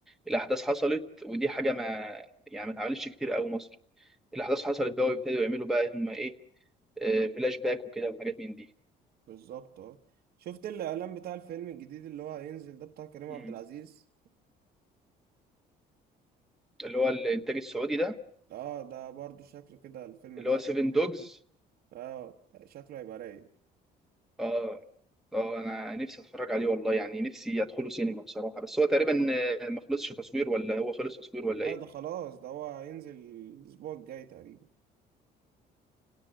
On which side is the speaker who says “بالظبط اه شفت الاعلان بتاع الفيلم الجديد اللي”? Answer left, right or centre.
Right